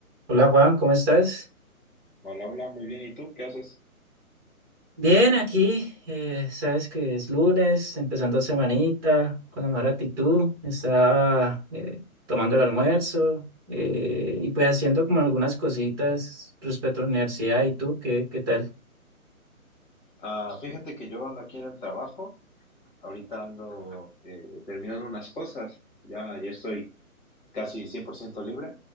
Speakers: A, on the right (about 15°); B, on the left (about 35°).
A: Hola Juan, ¿cómo estás?
B: Hola, hola, muy bien. ¿Y tú qué haces?
A: Bien, aquí, eh, sabes que es lunes, empezando semanita, con la mejor actitud, está eh, tomando el almuerzo eh, y pues haciendo como algunas cositas respecto a la universidad. ¿Y tú qué, qué tal?
B: Ah, fíjate que yo ando aquí en el trabajo, ahorita ando eh, terminando unas cosas, ya, ya estoy casi 100% libre,